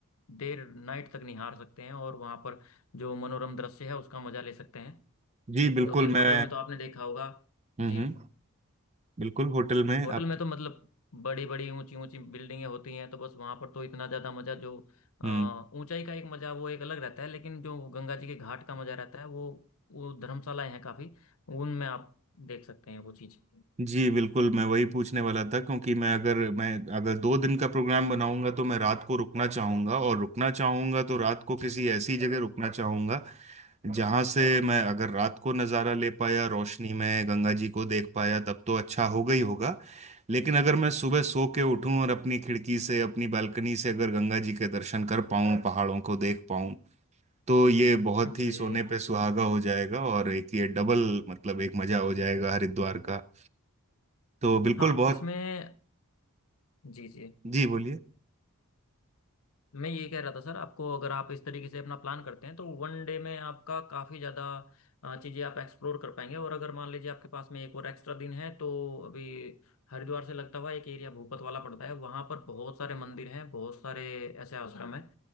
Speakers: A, on the left (about 70°); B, on the right (about 30°).
A: देर नाइट तक निहार सकते हैं और वहाँ पर जो मनोरम दृश्य है उसका मजा ले सकते हैं
B: जी बिल्कुल
A: क्योंकि
B: मैं
A: होटल में तो आपने देखा होगा
B: हम्म
A: जी
B: हम्म बिल्कुल होटल में
A: होटल
B: आपके
A: में तो मतलब बड़ी बड़ी ऊंची ऊंची बिल्डिंगें होती हैं तो बस वहां पर तो इतना ज्यादा मजा जो अ,
B: हम्म,
A: ऊंचाई का एक मजा वो एक अलग रहता है लेकिन जो गंगा जी के घाट का मजा रहता है वो वो धर्मशालाएं हैं काफी उनमें आप देख सकते हैं वो चीज
B: जी बिल्कुल मैं वही पूछने वाला था क्योंकि मैं अगर मैं अगर दो दिन का प्रोग्राम बनाऊंगा तो मैं रात को रुकना चाहूंगा और रुकना चाहूंगा तो रात को किसी ऐसी जगह रुकना चाहूंगा जहां से मैं अगर रात को नज़ारा ले पाया रोशनी में गंगा जी को देख पाया तब तो अच्छा होगा ही होगा लेकिन अगर मैं सुबह सो के उठूं और अपनी खिड़की से अपनी बालकनी से अगर गंगा जी के दर्शन कर पाऊं पहाड़ों को देख पाऊं तो ये बहुत
A: जी
B: ही सोने
A: जी
B: पे सुहागा हो जाएगा और एक ये डबल मतलब एक मजा हो जाएगा हरिद्वार का। तो बिल्कुल
A: हाँ
B: बहुत
A: इसमें जी जी
B: जी बोलिए
A: मैं ये कह रहा था सर आपको अगर आप इस तरीके से अपना प्लान करते हैं तो वन डे में आपका काफ़ी ज़्यादा अ, चीज़ें आप एक्सप्लोर कर पाएंगे और अगर मान लीजिए आपके पास में एक और एक्स्ट्रा दिन है तो अभी हरिद्वार से लगता हुआ एक एरिया भूपत वाला पड़ता है वहाँ पर बहुत सारे मंदिर हैं बहुत सारे ऐसे आश्रम हैं